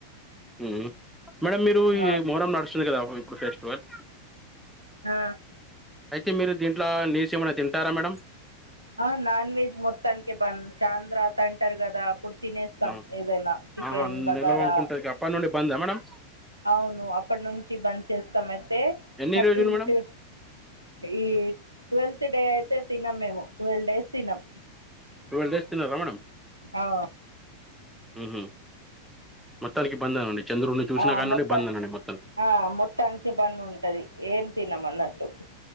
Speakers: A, in the centre; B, on the right (about 80°).
A: మ్ మేడం మీరు ఈ
B: అవును
A: మొహరం నడుస్తుంది కదా ఇప్పుడు ఫెస్టివల్
B: ఆ
A: అయితే మీరు దీంట్ల నీస్ ఏమైనా తింటారా మేడం
B: ఆ నాన్ వెజ్ మొత్తనికే బంద్ చాంద్ర తంటర్ కదా పుడ్ తినేస్తాం
A: ఆ,
B: ఏదైనా చికెన్
A: ఆహా
B: బగారా
A: నిల్వ ఉంటది అప్పటి నుండి బందా మేడం
B: అవును అప్పటి నుంచి బంద్ చేస్తామయితే
A: ఎన్ని
B: థర్టీన్త్
A: రోజులు మేడం
B: ఈ ట్వెల్త్ డే అయితే తినం మేము ట్వెల్ డేస్ తినం
A: టువెల్ డేస్ తినరా మేడం
B: ఆ
A: మ్ హు మొత్తానికి బంద్ అన్ని చంద్రున్ని చసినా
B: ఆ
A: కానుండి
B: మొత్తం
A: బందనండి మొత్తం
B: ఆ మొత్తానికే బంద్ ఉంటది ఏం తినమన్నట్టు